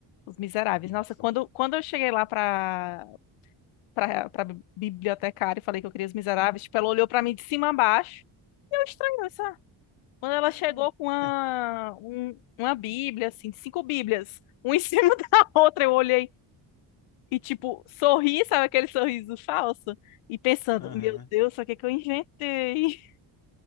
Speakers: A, on the left; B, on the left.
A: Os Miseráveis.
B: Massa.
A: Nossa, quando, quando eu cheguei lá para pra, pra bibliotecária e falei que eu queria Os Miseráveis. Tipo, ela olhou pra mim de cima a baixo. E eu estranhei, sabe? Quando ela
B: <laughs>
A: chegou com uma, um- uma Bíblia, assim, de cinco Bíblias, uma em <laughs> cima da outra, eu olhei e, tipo, sorri, sabe aquele sorriso falso? E pensando,
B: Aham.
A: meu Deus, o que é que eu inventei? <laughs>